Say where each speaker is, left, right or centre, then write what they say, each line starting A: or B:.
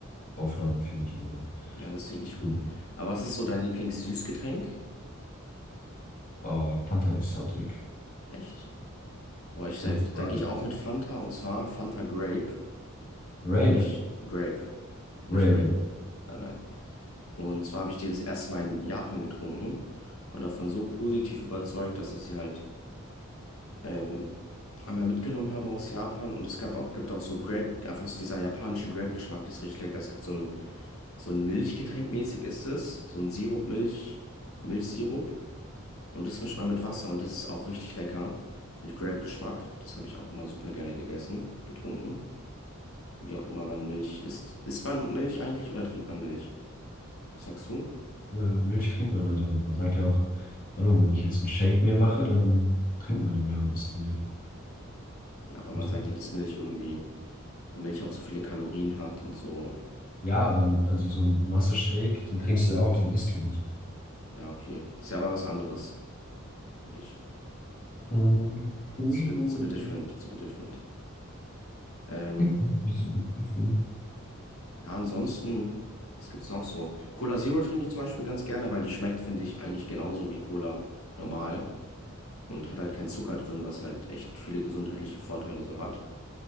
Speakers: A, on the left; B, on the left.
A: aufnahmefähig. Also.
B: Ja, das klingt nicht gut.
A: Mhm.
B: Aber was ist so dein Lieblings-Süßgetränk?
A: Oh, Fanta Exotic.
B: Echt? Boah, ich,
A: Und
B: sag-
A: zwar
B: dann gehe ich auch mit Fanta und zwar Fanta Grape.
A: Rape.
B: Habe ich Grape,
A: Rape
B: nicht Rape. Nein, nein. Und zwar habe ich die das erste Mal in Japan getrunken und davon so positiv überzeugt, dass ich sie halt ähm, einmal mitgenommen habe aus Japan. Und es gab auch, gibt auch so Grape, einfach so dieser japanische Grape-Geschmack, das ist richtig lecker. Es gibt so einen So ein Milchgetränk mäßig ist es. So ein Sirup, Milch, Milchsirup. Und das mischt man mit Wasser und das ist auch richtig lecker. Mit Grape-Geschmack. Das habe ich auch immer super gerne gegessen, getrunken. Wie auch immer man Milch isst. Isst man Milch eigentlich oder trinkt man Milch? Was sagst du?
A: Äh, Milch trinkt man, also man sagt ja auch, keine Ahnung, wenn ich jetzt einen Shake mir mache, dann trinkt man den ja und isst den nicht.
B: Ja, aber
A: Siehst
B: man sagt
A: du?
B: ja, dass Milch irgendwie, weil Milch auch so viele Kalorien hat und so.
A: Ja, aber n- also so ein Masse-Shake, den trinkst du ja auch, den isst du nicht.
B: Ja, okay. Das ist ja aber was anderes, finde ich.
A: Ähm, Für
B: It's
A: mich
B: a bit,
A: ist so ein
B: it's a bit different, it's a bit different. Ähm,
A: Trinken nicht so begriffen.
B: Ja, ansonsten, was gibt's noch so? Cola Zero trinke ich zum Beispiel ganz gerne, weil die schmeckt, finde ich, eigentlich genauso wie Cola normal und hat halt keinen Zucker drin, was halt echt viele gesundheitliche Vorteile so hat.